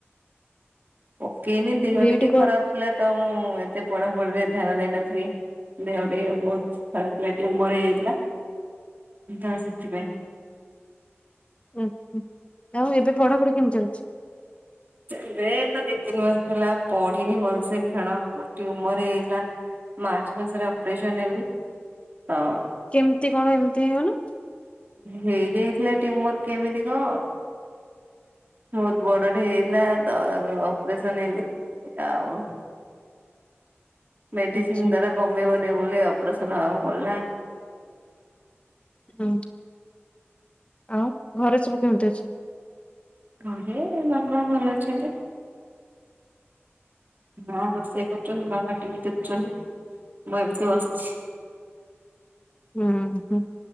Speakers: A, on the right (about 40°); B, on the left (about 25°).
A: ପକେଇନି ଦେହ
B: ବିଇଡି
A: ଟିକେ ଖରାପ ଥିଲା ତ ମୁଁ ଏତେ ପଢା ରେ ଧ୍ୟାନ ଦେଇନଥିଲି ଦେହ ଟିକେ ବହୁତ ଖରାପ ଥିଲା ଟିଉମର ହେଇଯାଇଥିଲା ତା ସେଥିପାଇଁ।
B: ଉଁ ହୁଁ ଆଉ ଏବେ ପଢାପଢି କେମିତି ଚାଲିୁଛି?
A: <unintelligible> ବେ ତ ଦି ତିନି ମାସ ହେଲା। ପଢିନି ଭଲସେ କଣ ମ ଟୁମର ହେଇଲା ମାର୍ଚ୍ଚ ମାସରେ ଅପରେସନ ହେଲି ହଁ।
B: କେମିତି କଣ ଏମିତି ହେଇଗଲ?
A: ହେଇଯାଇଥିଲା ଟ୍ୟୁମର କେମିତିକ ବହୁତ ବଡଟେ ହେଇଥିଲା ତ ଆଗ ଅପରେସନ ହେଲି ଆଉ, ମେଡିସିନ୍
B: ଆଚ୍ଛା
A: ଦ୍ୱରା କମେଇବ ନି ବୋଲି ଅପରେସନ ଆଉ ପଡ଼ିଲା,
B: ହ, ଆଉ ଘରେ ସବୁ କେମିତି ଅଛି?
A: ଘରେ ବାପା, ମା ଭଲ ଅଛନ୍ତି ନାଁ ବର୍ଷେକ <inaudible> ବାପା ଟିଭି ଦେଖୁଛନ୍ତି ମୁଁ ଏମିତି ବସିଛି।
B: ହୁଁ ହଁ